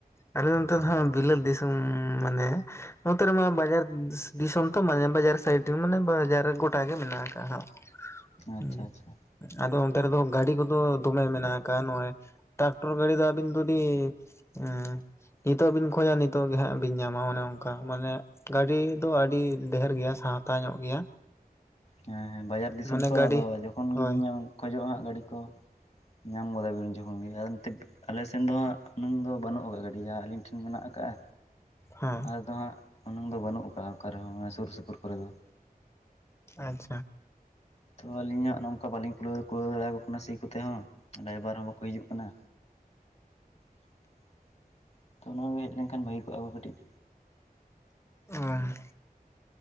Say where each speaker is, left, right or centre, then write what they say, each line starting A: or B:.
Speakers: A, on the left; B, on the left.
A: ᱟᱞᱮ ᱱᱚᱱᱛᱮᱫᱚ ᱵᱤᱞᱟᱹᱛ ᱫᱤᱥᱩᱢ ᱢᱟᱱᱮ ᱱᱚᱛᱮ ᱨᱮᱢᱟ ᱵᱟᱡᱟᱨ ᱫᱤᱥᱚᱢ ᱛᱚ ᱢᱟᱱᱮ ᱵᱟᱡᱟᱨ ᱥᱟᱭᱤᱰ ᱢᱟᱱᱮ ᱵᱟᱡᱟᱨ ᱜᱚᱴᱟ ᱜᱮ ᱢᱮᱱᱟᱜ ᱟᱠᱟᱜᱼᱟ ᱦᱟᱸᱜ᱾
B: ᱟᱪᱪᱷᱟ
A: ᱦᱩᱸ
B: ᱟᱪᱪᱷᱟ
A: ᱟᱫᱚ ᱚᱱᱛᱮ ᱨᱮᱫᱚ ᱜᱟᱹᱰᱤ ᱠᱚᱫᱚ ᱫᱚᱢᱮ ᱢᱮᱱᱟᱜ ᱟᱠᱟᱫᱼᱟ ᱱᱚᱜᱼᱚᱭ ᱴᱨᱟᱠᱴᱚᱨ ᱜᱟᱹᱰᱤ ᱫᱚ ᱟᱹᱵᱤᱱ ᱡᱩᱫᱤ ᱮ ᱱᱤᱛᱚᱜ ᱵᱤᱱ ᱠᱷᱚᱡᱟ ᱱᱤᱛᱚᱜ ᱜᱮ ᱦᱟᱸᱜ ᱵᱤᱱ ᱧᱟᱢᱟ ᱚᱱᱮ ᱚᱱᱠᱟ ᱢᱟᱱᱮ ᱜᱟᱹᱰᱤ ᱫᱚ ᱟᱹᱰᱤ ᱰᱷᱮᱨ ᱜᱮᱭᱟ ᱥᱟᱦᱛᱟ ᱧᱚᱜ ᱜᱮᱭᱟ᱾
B: ᱦᱮᱸ ᱦᱮᱸ ᱵᱟᱡᱟᱨ ᱫᱤᱥᱚᱢ
A: ᱢᱟᱱᱮ
B: ᱛᱚ
A: ᱜᱟᱹᱰᱤ
B: ᱟᱫᱚ ᱡᱚᱠᱷᱚᱱ
A: ᱦᱳᱭ
B: ᱜᱮᱵᱤᱱ ᱧᱟᱢ ᱠᱷᱚᱡᱚᱜᱼᱟ ᱦᱟᱸᱜ ᱜᱟᱹᱰᱤ ᱠᱚ ᱧᱟᱢ ᱜᱚᱫᱟᱵᱤᱱ ᱩᱱ ᱡᱚᱠᱷᱚᱱ ᱜᱮ ᱟᱨ ᱟᱞᱮ ᱥᱮᱱ ᱫᱚ ᱦᱟᱸᱜ ᱩᱱᱟᱹᱝ ᱫᱚ ᱵᱟᱹᱱᱩᱜ ᱟᱠᱟᱜᱼᱟ ᱜᱟᱹᱰᱤ ᱡᱟᱦᱟᱸ ᱟᱹᱞᱤᱧ ᱴᱷᱮᱱ ᱢᱮᱱᱟᱜ ᱟᱠᱟᱜᱼᱟ᱾
A: ᱦᱮᱸ
B: ᱟᱫᱚ ᱦᱟᱸᱜ ᱩᱱᱟᱹᱝ ᱫᱚ ᱵᱟᱹᱱᱩᱜ ᱟᱠᱟᱴᱟᱜᱼᱟ ᱚᱠᱟᱨ ᱨᱮᱦᱚᱸ ᱚᱱᱟ ᱥᱩᱨ ᱥᱩᱯᱩᱨ ᱠᱚᱨᱮ ᱫᱚ᱾
A: ᱟᱪᱪᱷᱟ
B: ᱛᱚ ᱟᱹᱞᱤᱧᱦᱟᱸᱜ ᱱᱚᱝᱠᱟ ᱵᱟᱹᱞᱤᱧ ᱠᱩᱞᱟᱹᱣ ᱠᱩᱞᱟᱹᱣ ᱫᱟᱲᱮᱭᱟᱠᱚ ᱠᱟᱱᱟ ᱥᱤ ᱠᱚᱛᱮ ᱦᱚᱸ ᱰᱟᱭᱵᱟᱨ ᱦᱚᱸ ᱵᱟᱠᱚ ᱦᱤᱡᱩᱜ ᱠᱟᱱᱟ᱾ <inaudible> ᱛᱚ ᱚᱱᱟ ᱠᱚ ᱦᱮᱡ ᱞᱮᱱᱠᱷᱟᱱ ᱵᱷᱟᱹᱜᱤ ᱠᱚᱜᱼᱟ ᱠᱚ ᱠᱟᱹᱴᱤᱡ
A: ᱚ <inaudible>